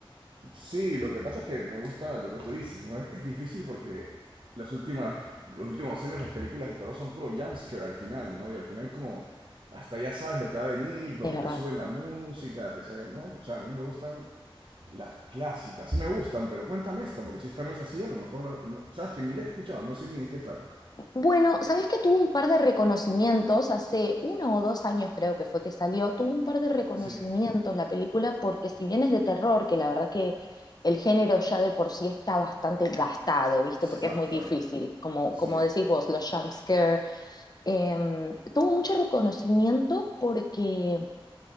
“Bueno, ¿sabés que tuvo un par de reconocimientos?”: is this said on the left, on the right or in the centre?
Left